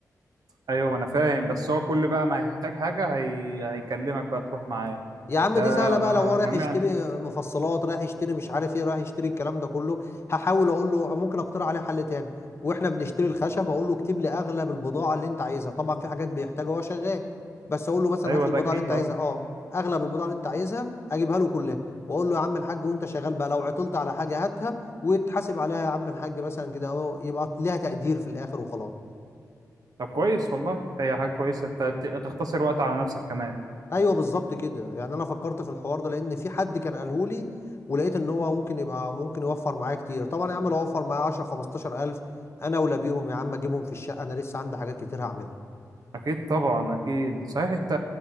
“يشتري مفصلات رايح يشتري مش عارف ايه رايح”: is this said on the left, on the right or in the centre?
Left